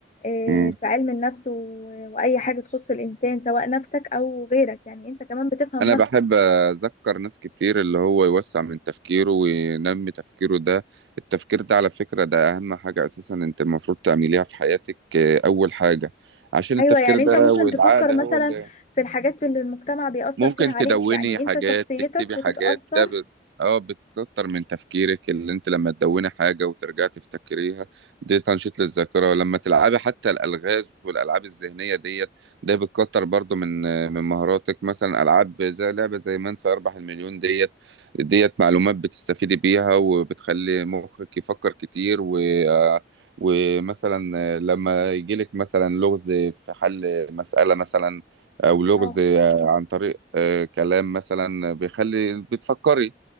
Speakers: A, on the left (about 40°); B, on the right (about 75°).
A: آه،
B: امم
A: في علم النفس و- وأي حاجة تخص الإنسان سواء نفسك أو غيرك يعني أنت كمان بتفهم
B: انا
A: نفسك
B: بحب اذكر ناس كتير اللي هو يوسع من تفكيره وينمي تفكيره ده التفكير ده على فكرة ده اهم حاجة اساسا انت المفروض تعمليها في حياتك آه، اول حاجة عشان
A: أيوة
B: التفكير
A: يعني
B: ده
A: أنت ممكن
B: والعقل
A: تفكر
B: هو
A: مثلا
B: اللي
A: في الحاجات اللي المجتمع بيأثر
B: ممكن
A: فيها عليك
B: تدوني
A: يعني
B: حاجات
A: أنت شخصيتك
B: تكتبي
A: بتتأثر
B: حاجات ده بت... اه بتكتر من تفكيرك اللي انت لما تدوني حاجة وترجعي تفتكريها دي تنشيط للذاكرة ولما تلعبي حتى الألغاز والألعاب الذهنية ديت ده بتكتر برضو من من مهاراتك مثلا ألعاب زي لعبة زي من سيربح المليون ديت ديت معلومات بتستفيدي بيها وبتخلي مخك يفكر كتير و آه، ومثلا لما يجيلك مثلا لغز في حل مسألة مثلا أو لغز
A: اه
B: عن طريق آه، كلام مثلا بيخلي بتفكري